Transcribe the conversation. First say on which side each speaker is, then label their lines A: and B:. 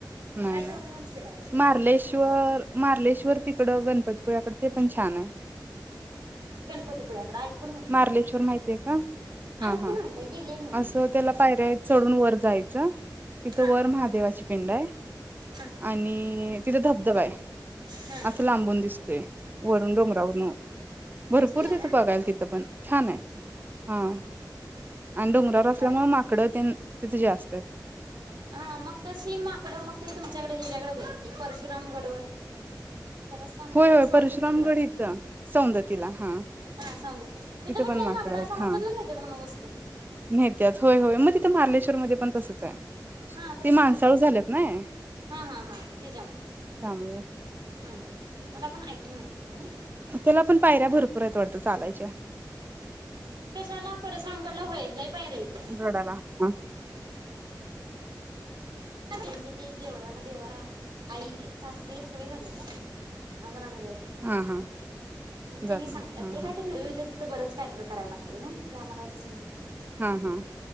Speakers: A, on the right; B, on the right.
A: नाही
B: हाय
A: नाही
B: तेवढ्यानच फिरायला पाहिजे
A: मार्लेश्वर मार्लेश्वर तिकड गणपतीपळ्या कडे पण ते पण छान आहे
B: गणपतीपुळ्याकडे ऐकून माहित
A: मारलेश्वर
B: आहे ते
A: माहितीय का ह
B: ऐकून
A: ह
B: माहित आहे गेलेली नाही
A: अस
B: मी
A: त्याला पायऱ्या आहेत चढून वर जायच तिथं
B: हा
A: वर महादेवाची पिंड आहे
B: हा
A: आणि तिथे धबधबा आहे
B: हा
A: असं लांबून दिसतोय वरुन डोंगरावरन
B: दिसतोय
A: भरपूर तिथं
B: का
A: बघायला तिथं छान आहे हा आणि डोंगरावर
B: जायला
A: असल्यामुळे
B: पाहिजे.
A: माकडं तेन तिथे जास्त आहेत
B: हा मग तशी माकडं मग ते तुमच्याकडे हिच्यायाकडे परशुराम गडवर परस् आमकडे
A: होय होय
B: सौंदतीकडं
A: परशुरामगड इथं सौंदतीला हां
B: हा सौंदती तथं
A: तिथे
B: पण नाही
A: माकडं
B: माकड
A: आहेत
B: असं
A: हां.
B: हातला न्हेत्यात वस्तू
A: नेत्यात होय होय मग तिथं मारलेश्वर मध्ये पण तसंच आहे.
B: हा तसच
A: ते माणसाळू
B: करत
A: झाल्यात नाय
B: हा हा हा त्याच्यामुळ
A: त्यामुळं
B: ह मला पण ऐकून माहित होत ना ते.
A: त्याला पण पायऱ्या भरपूर येत वाटतं चालायच्या
B: कशाला परस आमगडला व्हय लय पायऱ्याहायत
A: गडाला हां
B: णजे ते देवळाला दे आई सासरी सोय झालेत ना अजून आम्ही मग
A: हां हां जात
B: त्यांनी
A: नाही
B: सांगतात
A: हां
B: ते
A: हां
B: कायतरी तर बरंच कायतरी करायला लागतय नाय. क आ मलां समजत
A: हम्म हम्.